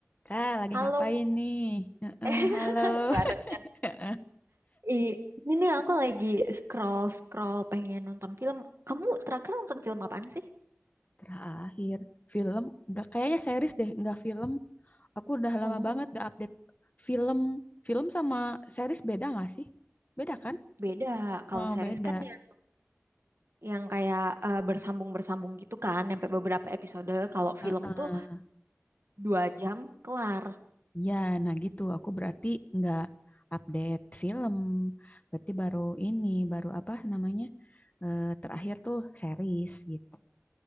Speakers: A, on the left (about 35°); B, on the right (about 65°).
A: Kak, lagi
B: Halo,
A: ngapain nih? Heeh,
B: <laughs>
A: halo.
B: Eh, barengan.
A: <laughs> Heeh.
B: I- ini nih aku lagi scroll scroll pengen nonton film. Kamu terakhir nonton film apaan sih?
A: Terakhir film, nggak kayaknya series deh, nggak film. Aku udah lama
B: Oh,
A: banget gak update film. Film sama series beda nggak sih? Beda kan?
B: beda. Kalau
A: Oh,
B: series
A: beda.
B: kan yang yang kayak eh, bersambung-bersambung gitu kan, sampai beberapa episode. Kalau
A: Heeh.
B: film tuh dua jam kelar.
A: Ya, nah gitu. Aku berarti nggak update film. Berarti baru ini, baru apa namanya? Eh, terakhir tuh series gitu.